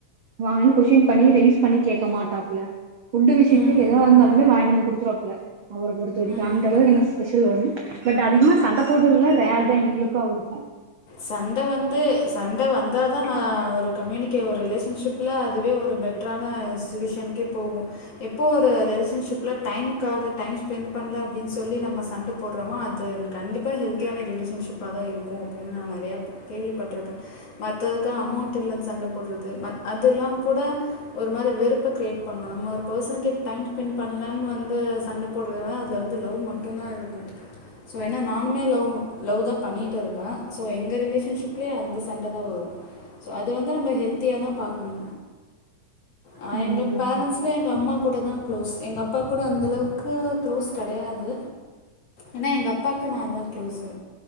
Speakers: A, on the right; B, on the left.
A: வாங்னன் கொஸ்டின் பண்ணி ரெய்ஸ் பண்ணி கேக்க மாட்டாப்ல ஃபுட்டு விஷயத்துலயு
B: ம்
A: எதுவா இருந்தாலுமே வாங்ட்டு வந்து குடுத்துருவாப்ல அவர பொறுத்த வரைக்கு
B: ம்
A: அந்த
B: ம்
A: அளவுக்கு இன்னு ஸ்பெஷல் பட் அதிகமா சண்ட போட்றதுல்லா ரெர் தா எங்ளுக்கு அவங்ளுக்கு
B: சண்ட வந்து சண்ட வந்தாதா நா ஒரு கம்யூனிகே ஒரு ரிலேஷன்ஷிப்ல அதுவே ஒரு பெடட்ரான சிச்சுவேஷன்கே போகு எப்போ ஒரு ரிலேஷன்ஷிப்ல டைம்காக டைம் ஸ்பெண்ட் பண்ல அப்டின் சொல்லி நம்ம சண்ட போடறமோ அது கண்டிப்பா ஹெல்த்தியான ரிலேஷன்ஷிப் அப்போ தான் இருக்கும் நா நெறைய கேள்விப்பட்ருக்க மத்ததுக்கு அமௌண்ட் இல்லன் சொல் சண்ட போடு அதெல்லா கூட ஒரு மாரி வேறுப்ப கிரியேட் பண்ணுவோ நம்ம ஒரு பெர்சன் கிட்ட டைம் ஸ்பெண்ட் பண்ணலனு வந்து சண்ட போடுற அதுல வந்து லவ் மட்டும்தா இருக்கு சோ ஏன்னா நானுமே லவ் லவ் தா பண்ணிட்டு இருக்கே ஸோ எங்க ரிலேஷன்ஷிப்லயே அந்த சண்ட தா வரும் ச அது அது வந்து நம்ம ஹெல்தியா தா பாக்கணு ஆ
A: ம்
B: எங்க பேரண்ட்ஸ்லே எங்க அம்மா கூட தா க்ளோஸ் எங்க அப்பா கூட அந்தளவுக்கு க்ளோஸ் கிடையாது ஆனா எங்க அப்பாக்கு நான் தா குளோஸ்சு